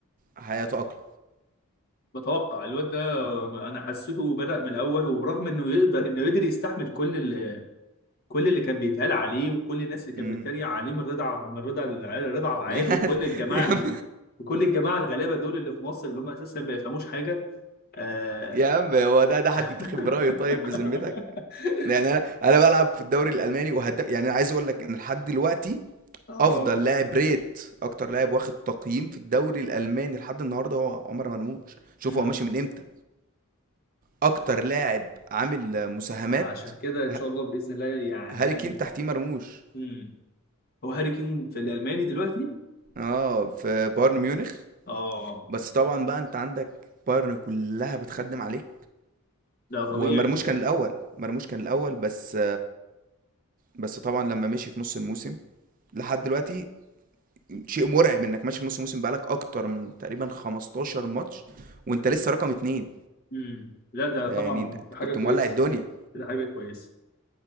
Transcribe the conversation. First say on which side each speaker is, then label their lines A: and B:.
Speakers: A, on the right (about 40°); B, on the left (about 45°).
A: هيتأقلم
B: بتوقع الواد ده انا حسيته بدأ من الاول وبرغم انه يقدر انه يقدر يستحمل كل ال- كل اللي كان بيتقال عليه وكل الناس اللي كانت
A: مم.
B: بتتريق عليه من رضا عب- من رضا العيال- رضا عبد العال
A: <laughs>
B: وكل الجماعه
A: يعني
B: ال- وكل الجماعه الغلابه دول اللي في مصر اللي هم اساسا ما بيفهموش حاجه اه
A: يا عم هو ده ده حد
B: <laughs>
A: يتاخد برأيه طيب بذمتك يعني انا انا بلعب في الدوري الالماني وهداف يعني انا عايز اقول لك ان لحد دلوقتي
B: آه.
A: افضل لاعب ريت اكتر لاعب واخد تقييم في الدوري الالماني لحد النهارده هو عمر مرموش شوف
B: أمم.
A: هو ماشي من امتى اكتر لاعب عامل مساهمات
B: عشان كده ان
A: ه-
B: شاء الله باذن الله يعني
A: هاري كين
B: ان
A: تحتيه مرموش
B: أمم. هو هاري كين في الالماني دلوقتي
A: اه في بايرن ميونخ
B: اه
A: بس طبعا بقى انت عندك بايرن كلها بتخدم عليك
B: ده طبيعي
A: ومرموش كان الاول مرموش كان الاول بس بس طبعا لما مشي في نص الموسم لحد دلوقتي شيء مرعب انك ماشي في نص موسم بقالك اكتر من تقريبا 15 ماتش وانت لسه رقم اتنين
B: مم. لا ده
A: ده
B: طبعا
A: يعني انت أنت
B: ده
A: كنت
B: حاجة كويسة
A: مولع الدنيا
B: ده حاجة كويسة